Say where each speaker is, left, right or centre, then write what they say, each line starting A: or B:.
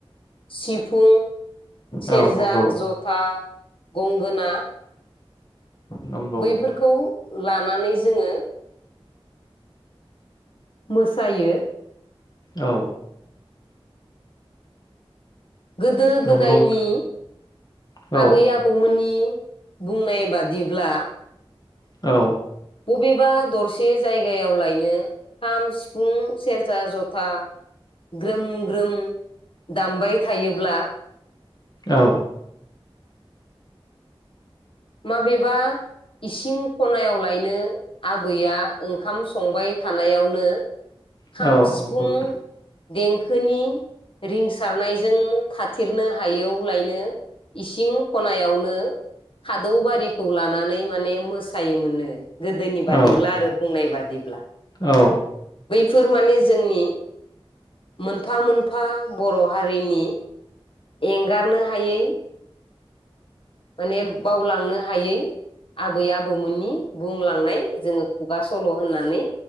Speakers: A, on the left; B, on the left.
A: सिफु सेरजा,
B: औ नंगौ
A: जथा गंगोना
B: नंगौ
A: बैफोरखौ लानानै जोङो मोसायो
B: औ
A: गोदो गोदायनि
B: नंगौ औ
A: आबै आबौमोननि बुंनाय बादिब्ला
B: औ
A: बबेबा दरसे जायगायाव लायनो खाम सिफुं सेरजा जथ था ग्रोम ग्रोम दामबाय थायोब्ला
B: औ
A: माबेबा इसिं खनायाव लाय बिदिनो आबैया ओंखाम संबाय थानायावनो खाम
B: औ
A: सिफुं
B: नंगौ
A: देंखोनि रिंसारनायजों थाथेरनो हायैयाव लायनो इसिं खनायावनो खादौ बारिखौ लानानै माने मोसायोमोननो। गोदोनि बादिब्ला
B: औ
A: आरो बुंनाय बाद दिब्ला
B: औ
A: बैफोर माने जोंनि मोनफा मोनफा बर' हारिनि एंगारनो हायै माने बावलांनो हायै आबै आबौमोननि बुंलांनाय जोङो खुगा सल' होननानै